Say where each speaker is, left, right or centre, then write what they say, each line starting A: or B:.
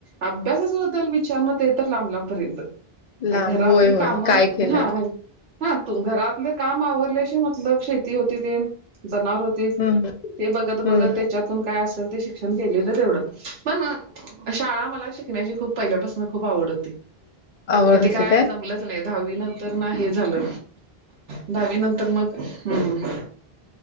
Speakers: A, on the right (about 85°); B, on the left (about 55°).
A: अभ्यासाच्याबद्दल विचार न म तर लांब लांबपर्यंत
B: लांब
A: घरातली
B: होय
A: कामं
B: होय काय केलं
A: हा. हा तू घरातलं काम आवर लाशी मतलब शेती होती तेन. जनावर होती
B: हम्म
A: ते बघत
B: हम्म
A: बघत त्याच्यातून काय असेल ते शिक्षण केलेलं. तेवढच पण शाळा मला शिकण्याची खूप पहिल्यापासूनच खूप आवड होती.
B: आवड
A: पण
B: होती
A: ते काय जमलच नाही. दहावी नंतर ना हे झालं दहावी नंतर मग हम्म